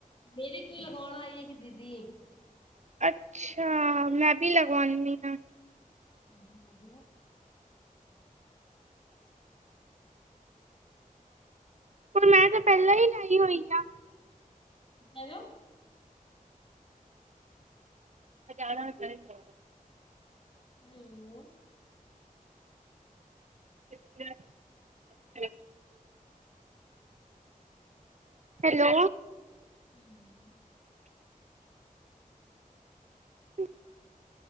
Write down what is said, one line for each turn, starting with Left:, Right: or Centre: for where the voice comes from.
Left: ਮੇਰੇ ਕੋਲ ਲਗਾਉਣ ਆਈ ਹੈ ਇਕ ਦੀਦੀ
Right: ਅੱਛਾ, ਮੈਂ ਵੀ ਲਗਵਉਨੀ ਹਾਂ
Left: ਹਾਂਜੀ, ਆ ਜਾਓ
Right: ਹੁਣ ਮੈਂ ਤਾਂ ਪਹਿਲਾਂ ਹੀ ਲਾਈ ਹੋਈ ਆ
Left: ਹੈਲੋ
Right: ਮੈਂ ਜਾਣਾ ਤੇਰੇ ਕੋਲ
Left: ਹੈਲੋ
Right: <unintelligible> ਹੈਲੋ
Left: ਹਮ
Right: ਹੁ